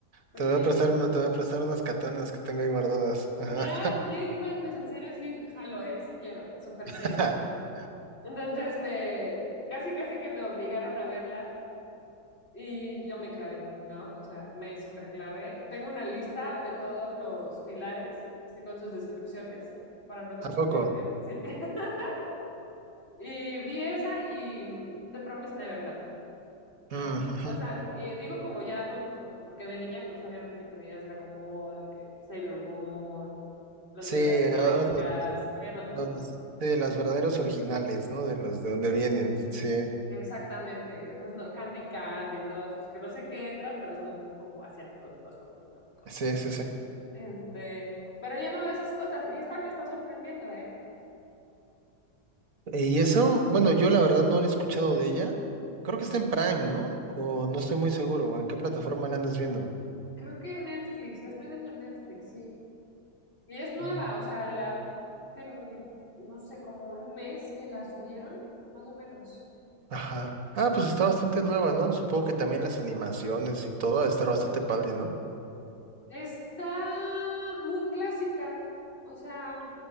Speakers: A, on the left; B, on the right.
A: Porque
B: te voy a prestar, te voy a prestar unas katanas que tengo ahí guardadas.
A: Nada,
B: Ajá.
A: no inventes, en serio, sí, jalo, ¿eh? Sí quiero, súper
B: <laughs>
A: quiero. Entonces me, casi casi que me obligaron a verla y yo me clavé, ¿no? O sea, me súper clavé. Tengo una lista de todos los pilares, así con sus descripciones, para no confundirme,
B: ¿A poco?
A: sí. <laughs> Y vi esa y mm, The Promised Neverland,
B: Mm,
A: ¿no?
B: ujú.
A: O sea, y digo como ya adulto, porque de niña pues obviamente que veías Dragon Ball, que Sailor Moon, Las
B: Sí,
A: Guerreras Mágicas,
B: otro-
A: habían otras,
B: los,
A: ¿no?
B: de las verdaderos originales, ¿no? De los de donde vienen. Sí,
A: Exactamente, esos no, Candy Candy, todos esos que no sé qué entran, pero son como asiáticos de todas formas, ¿no?
B: sí, sí, sí.
A: Este, pero yo no veo esas cosas y esta me está sorprendiendo, ¿eh?
B: Y eso, bueno, yo la verdad no lo he escuchado de ella. Creo que está en Prime, ¿no? O no estoy muy seguro. ¿o ¿En qué plataforma la andas viendo?
A: Creo que en Netflix, la estoy viendo en Netflix, sí. Y es nueva,
B: Mm.
A: o sea, la, ten- no sé, como un mes que la subieron, más o menos.
B: Ajá. Ah, pues está bastante nueva, ¿no? Supongo que también las animaciones y todo ha de estar bastante padre, ¿no?
A: Está muy clásica, o sea,